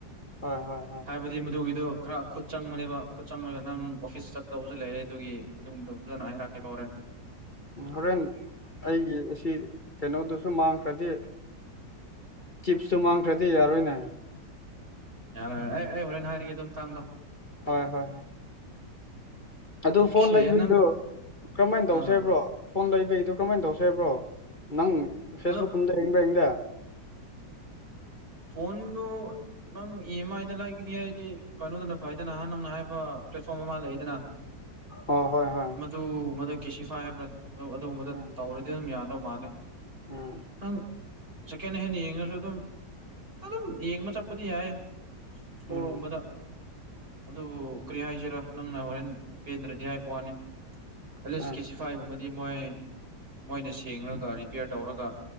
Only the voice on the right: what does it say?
ꯍꯥꯏꯕꯗꯤ ꯃꯗꯨꯒꯤꯗꯨ ꯈꯔ ꯈꯨꯠ ꯆꯪꯕꯅꯦꯕ ꯈꯨꯠ ꯆꯪꯂꯒ ꯅꯪ ꯑꯣꯐꯤꯁ ꯆꯗꯕꯁꯨ ꯂꯩꯔꯦ ꯑꯗꯨꯒꯤ ꯑꯗꯨꯗꯣ ꯐꯖꯅ ꯑꯩ ꯍꯥꯏꯔꯛꯀꯦ ꯐꯥꯎꯔꯦ
ꯌꯥꯔꯦ ꯑꯦ ꯑꯩ ꯍꯣꯔꯦꯟ ꯍꯥꯏꯔꯤꯒꯦ ꯑꯗꯨꯝ ꯆꯥꯡꯗꯣ
ꯑꯣꯀꯦ
ꯅꯪ
ꯑꯥ
ꯑꯗꯣ
ꯐꯣꯟꯣꯟꯗꯨ ꯅꯪ ꯏ ꯑꯦꯝ ꯑꯥꯏꯗ ꯂꯩꯈꯤꯅꯤ ꯍꯥꯏꯗꯤ ꯀꯩꯅꯣꯗꯅ ꯐꯩꯗꯅ ꯅꯍ ꯅꯪꯅ ꯍꯥꯏꯕ ꯄ꯭ꯂꯦꯠꯐꯣꯝ ꯑꯃ ꯂꯩꯗꯅ
ꯃꯗꯨꯕꯗ ꯀꯦꯁꯤꯐꯥꯏ ꯍꯥꯏꯕ꯭ꯔ ꯑꯗꯨꯒꯨꯝꯕꯗ
ꯇꯧꯔꯗꯤ ꯑꯗꯨꯝ ꯌꯥꯅꯤ ꯇꯧ ꯃꯥꯂꯦ
ꯅꯪ ꯁꯦꯀꯦꯟ ꯍꯦꯟ ꯌꯦꯡꯉꯁꯨ ꯑꯗꯨꯝ ꯑꯗꯨꯝ ꯌꯦꯡꯕ ꯆꯠꯄꯗꯤ ꯌꯥꯏ ꯏꯁꯇꯣꯔꯒꯨꯝꯕꯗ
ꯑꯗꯨꯕꯨ ꯀꯔꯤ ꯍꯥꯏꯁꯤꯔꯥ ꯅꯪꯅ ꯍꯣꯔꯦꯟ ꯄꯦꯟꯗ꯭ꯔꯗꯤ ꯍꯥꯏꯕ ꯋꯥꯅꯤ ꯑꯦꯂꯤꯁ
ꯀꯦꯖꯤ ꯐꯥꯏꯒꯨꯝꯕꯗꯤ ꯃꯣꯏ ꯃꯣꯏꯅ ꯁꯦꯡꯉꯒ ꯔꯤꯄꯤꯦꯌꯔ ꯇꯧꯔꯒ